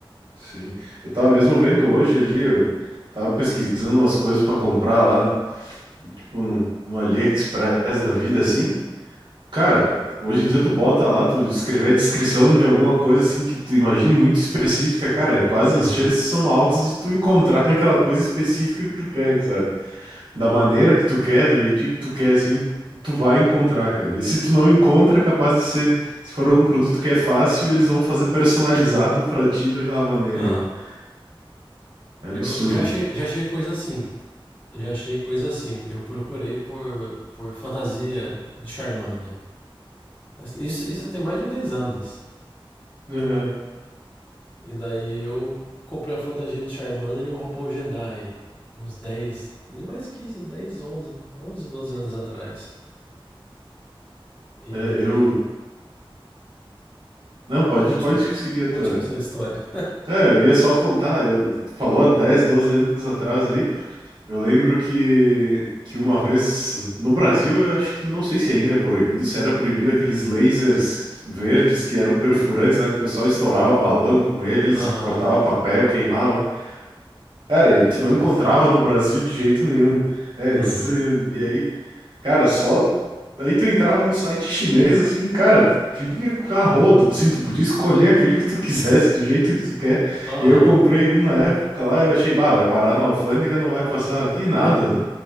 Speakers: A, on the right; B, on the left.
A: sim. Eu tava mesmo vendo hoje ali, eu tava pesquisando umas coisas pra comprar lá, tipo no, no AliExpress da vida, assim. Cara, hoje em dia tu bota lá, tu escrever a descrição de alguma coisa assim que tu imagine muito específica, cara, é quase
B: Uhum.
A: as chances são altas de tu encontrar <laughs> aquela coisa específica que tu quer, sabe? Da maneira que tu quer, do jeitinho que tu quer, assim, tu vai encontrar, cara. E se tu não encontra, é capaz de ser, se for algum produto que é fácil, eles vão fazer personalizado pra ti daquela maneira
B: Aham.
A: ainda. É absurdo.
B: Eu, eu já achei, já achei coisa assim. Já achei coisa assim. Eu procurei por, por fantasia de Charmander. Isso, isso tem mais de 10 anos.
A: Uhum.
B: E daí eu comprei a fantasia de Charmander e um roupão Jedi. Uns 10, nem mais que isso, 10, onze, 11, 12 anos atrás. E
A: É, eu. Não, pode,
B: Conte-me.
A: pode seguir a
B: Conte-me
A: tua.
B: sua história.
A: É, eu ia só contar, eu... tu falou há 10, 12 anos atrás aí. Eu lembro que, que uma vez no Brasil, eu acho que não sei se ainda é proibido, se era proibido aqueles lasers verdes que eram perfurantes, lá que o pessoal estourava balão com eles,
B: Aham.
A: cortava papel, queimava. Cara, e
B: Eu
A: tu
B: tenho
A: não
B: dois.
A: encontrava no Brasil de jeito nenhum. É,
B: Uhum.
A: esses aí, e aí, cara, só aí tu entrava num site chinês assim, cara, tinha a rodo, assim, tu podia escolher aquele que tu quisesse, do jeito que tu quer.
B: Aham.
A: E aí eu comprei um na época lá, eu achei, bah, vai parar na alfândega, não vai passar aqui nada.